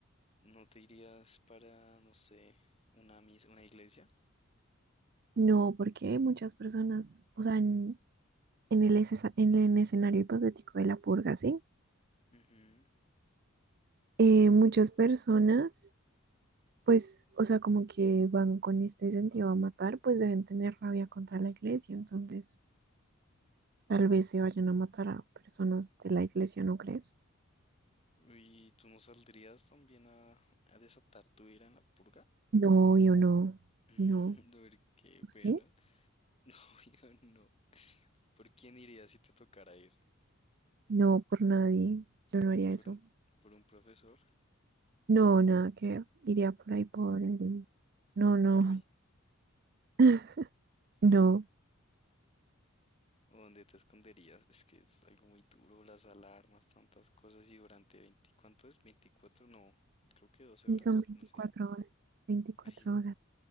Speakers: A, on the left; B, on the right.
A: ¿No te irías para, no sé, una mis una iglesia?
B: No, porque muchas personas, o sea, n- en el, escesa- en el escenario hipotético de la purga, ¿sí?
A: Ujú.
B: Eh, muchas personas, pues, o sea, como que van con este sentido a matar, pues deben tener rabia contra la iglesia, entonces tal vez se vayan a matar a personas de la iglesia, ¿no crees?
A: ¿Y tú no saldrías también a, a desatar tu ira en la purga?
B: No, yo no, no,
A: <laughs> Porque,
B: ¿sí?
A: bueno, <laughs> no, yo no. ¿Por quién irías si te tocara ir?
B: No, por nadie, yo no haría
A: ¿Por
B: eso.
A: un, por un profesor?
B: No, nada que ver, iría por ahí por el... No, no,
A: ¿Por mí?
B: <laughs> no,
A: ¿O dónde te esconderías? Es que es algo muy duro, las alarmas, tantas cosas y durante 20, ¿cuánto es? veinticuatro no, creo que 12
B: y
A: horas,
B: son 24
A: no sé.
B: horas, 24
A: Ay,
B: horas.